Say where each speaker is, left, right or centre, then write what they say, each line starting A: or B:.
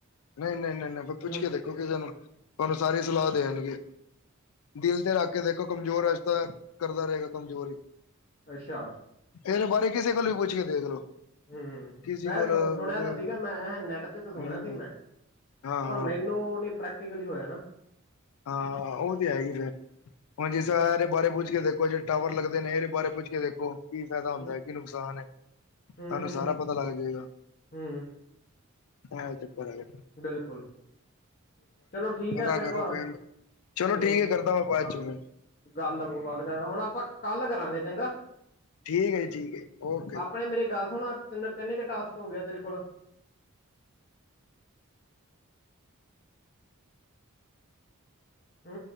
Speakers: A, on the left; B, on the left.
A: ਨਹੀਂ, ਨਹੀਂ, ਨਹੀਂ, ਨਹੀਂ ਪੁੱਛ
B: ਹੂੰ,
A: ਕੇ ਦੇਖੋ ਕਿਸੇਨੂੰ, ਤੁਹਾਨੂੰ ਸਾਰੇ ਸਲਾਹ
B: ਹੂੰ,
A: ਦੇਣਗੇ। ਦਿਲ ਤੇ ਰੱਖ ਕੇ ਦੇਖੋ ਕਮਜ਼ੋਰ, ਅੱਜ ਤਾਂ ਕਰਦਾ ਰਹੇਗਾ ਕਮਜ਼ੋਰ ਹੀ।
B: ਅੱਛਾ।
A: ਇਹਦੇ ਬਾਰੇ ਕਿਸੇ ਕੋਲ ਵੀ ਪੁੱਛ ਕੇ ਦੇਖ ਲੋ।
B: ਹ
A: ਕਿਸੇ ਕੋਲ
B: ਏ ਸ ਸੁਣਿਆ
A: ਕੋਈ
B: ਤਾਂ ਸੀਗਾ ਮੈਂ ਇਹ ਨੈਟ ਤੇ ਤਾਂ
A: ਹਮ
B: ਸੁਣਿਆ ਸੀ ਮੈਂ
A: ਹਾਂ ਹਾਂ
B: ਪਰ ਮੈਨੂੰ ਨੀ ਪ੍ਰੈਕਟੀਕਲੀ ਹੋਇਆ ਨਾ
A: ਹਾਂ ਉਹ ਤੇ ਹੈ ਹੀ ਫਿਰ। ਹਾਂ ਜਿਸ ਤਰਹਾ ਇਹਰੇ ਬਾਰੇ ਪੁੱਛ ਕੇ ਦੇਖੋ ਜੇਹੜੇ ਟਾਵਰ ਲਗਦੇ ਨੇ ਇਹਦੇ ਬਾਰੇ ਪੁੱਛ ਕੇ ਦੇਖੋ ਕੀ ਫਾਇਦਾ ਹੁੰਦਾ
B: ਹੂੰ,
A: ਕੀ ਨੁਕਸਾਨ ਏ ਤੁਹਾਨੂੰ
B: ਹੂੰ,
A: ਸਾਰਾ ਪਤਾ ਲੱਗ ਜਾਏਗਾ।
B: ਹੂੰ,
A: ਹਾਂ ਚਪਰਗੇ।
B: ਬਿਲਕੁਲ। ਚਲੋ ਠੀਕ
A: ਪਤਾ
B: ਆ ਫਿਰ
A: ਕਰੋ
B: ਵਾ
A: ਚਲੋ
B: ਹੁ
A: ਠੀਕ ਹੈ ਕਰਦਾ ਮੈਂ ਬਾਅਦ
B: ਹਾਂ
A: ਚ ਫਿਰ
B: ਗੱਲ ਬਾਤ ਕਰ ਹੁਣ ਆਪਾਂ ਕੱਲ ਕਰਾਂਗੇ ਚੰਗਾ।
A: ਠੀਕ ਹੈ ਜੀ ਠੀਕ ਹੈ
B: ਹ
A: ਓਕੇ ਜੀ
B: ਆਪਣੇ ਮੇਰੀ ਗੱਲ ਸੁਣ ਤੈਨੂੰ ਕਿੰਨੇ ਕੁ ਟਾਸਕ ਹੋ ਗਿਆ ਤੇਰੇ ਕੋਲ। ਹੁ